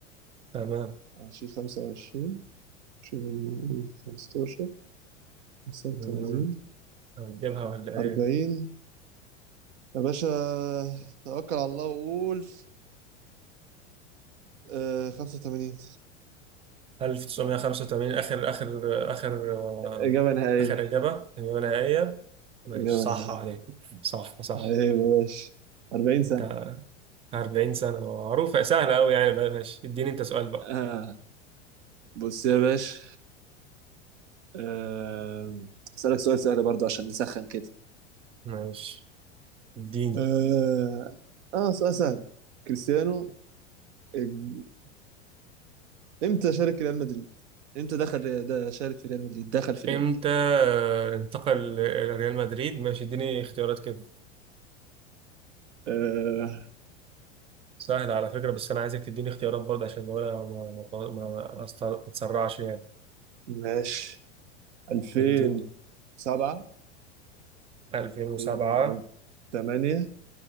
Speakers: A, on the right; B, on the right.
A: تمام
B: عشرين خمسة وعشرين شيل منهم قول خمستاشر خمسة وتمانين
A: مم. هنجيبها ولا
B: أربعين
A: ايه
B: يا باشا توكل على الله وقول آه خمسة وتمانين
A: 1985 اخر اخر اخر آه،
B: إجابة نهائية
A: اخر اجابه اجابه نهائيه ماشي
B: إجابة
A: صح
B: نهائية
A: عليك صح صح
B: عيب يا باشا أربعين سنة
A: انت 40 سنة معروفة سهلة أوي يعني بقى ماشي اديني أنت سؤال بقى
B: آه. بص يا باشا آه. أسألك سؤال سهل برضه عشان نسخن كده
A: ماشي اديني
B: آه. آه سؤال سهل كريستيانو إج- إمتى شارك ريال مدريد؟ إمتى دخل ده شارك في ريال مدريد؟ دخل في
A: امتى
B: ريال
A: انتقل لريال مدريد ماشي اديني اختيارات كده
B: آه
A: سهلة على فكرة بس أنا عايزك تديني اختيارات برضه عشان لو أنا ما ما ما أست- ما أتسرعش يعني
B: ماشي 2007
A: اديني 2007
B: 2008